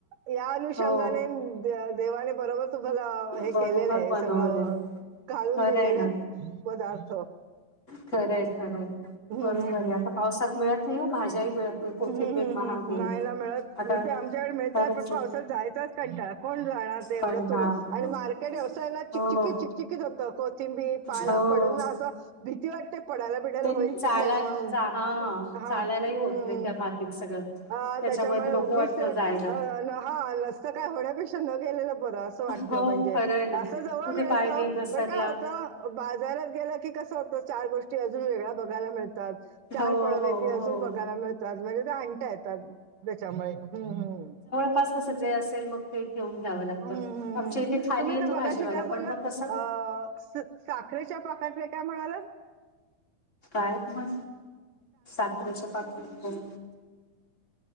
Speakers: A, on the right; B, on the left.
A: या अनुषंगाने
B: हो
A: देवाने बरोबर तुम्हाला हे
B: बरोबर
A: केलेलं आहे
B: बनवलंय
A: सगळं घालून
B: खरं
A: दिलेलं
B: आहे
A: आहेत
B: ना
A: पदार्थ
B: खरंय खरंय
A: हम्म,
B: बरोबर
A: हम्म,
B: आहे आता पावसात मिळत नाही भाज्याही मिळत नाही कोथिंबीर
A: हम् हम्म
B: महाग
A: ह्
B: आहे
A: नाही ना मिळत
B: आता
A: मी तर आमच्याकडे मिळतात
B: खरंच
A: पण पावसात
B: आहे
A: जायचंच कंटाळा कोण जाणार? एवढं
B: कंटाळा
A: तु आणि मार्केट व्यवसायला
B: हो
A: चिकचिकत चिकचिकित होतं कोथिंबी पाला
B: हो
A: पड ना अस भीती वाटतेय पडायला बिडायला
B: ते
A: होईल
B: चालाय
A: की काय म्हणून,
B: चा
A: हा
B: चालायलाही
A: हम्म,
B: होत नाही
A: हम्म
B: त्या मातीत सगळं
A: हा त्याच्यामुळे
B: ते नको
A: उगीच
B: वाटतं
A: ते
B: जायला
A: अ न हा नसतं काय होण्यापेक्षा न गेलेलं बरं असं वाटत
B: हो
A: म्हणजे,
B: खरं आहे ना
A: असं जवळ
B: कुठे
A: मिळत
B: पाय बी घसरला
A: पण काय होतं बाजारात गेला की कस होतं चार गोष्टी अजून वेगळ्या बघायला मिळतात, चार
B: हो
A: फळं
B: हो
A: वेगळी
B: हो
A: बघायला मिळतात म्हणजे ते आणत्या येतात त्याच्यामुळे हम्म, हम्म.
B: कपास कस जे असेल मग ते घेऊन घ्यावं लागतं
A: हं. हं, हं,
B: आमच्या
A: हं.
B: इथे खाली
A: तुम्ही
B: येतो
A: तर
B: भाजीवाला
A: मगाशी काय बोललात
B: पण मग कसं
A: अ साखरेच्या पाकातले काय म्हणालात?
B: काय म साखरेच्या पाकात ल.